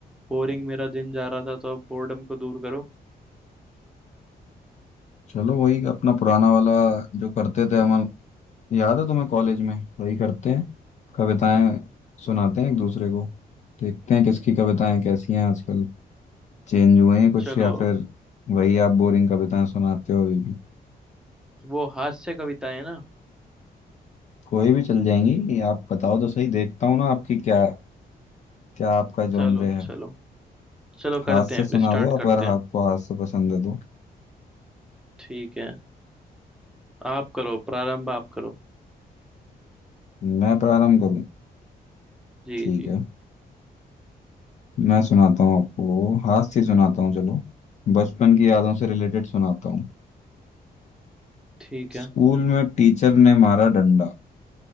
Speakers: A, in the centre; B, on the left.
A: बोरिंग मेरा दिन जा रहा था तो अब बोर्डम को दूर करो
B: चलो वही अपना पुराना वाला जो करते थे हम याद है तुम्हें कॉलेज में वही करते हैं कविताएं सुनाते हैं एक दूसरे को देखते हैं किसकी कविताएं कैसी हैं आजकल चेंज हुए हैं कुछ
A: चलो
B: या फिर वही आप बोरिंग कविताएं सुनाते हो अभी भी
A: वो हास्य कविताएं ना
B: कोई भी चल जाएंगी आप बताओ तो सही देखता हूँ ना आपकी क्या क्या आपका जॉनर
A: चलो
B: है
A: चलो चलो
B: हाथ
A: करते
B: से
A: हैं
B: सुना
A: फिर स्टार्ट
B: दो आप
A: करते
B: अगर
A: हैं
B: आपको हाथ से पसंद है तो
A: ठीक है आप करो प्रारंभ आप करो
B: मैं प्रारंभ करूँ
A: जी
B: ठीक
A: जी
B: है मैं सुनाता हूँ आपको हास्य सुनाता हूँ चलो बचपन की यादों से रिलेटेड सुनाता हूँ
A: ठीक
B: स्कूल
A: है
B: में टीचर ने मारा डंडा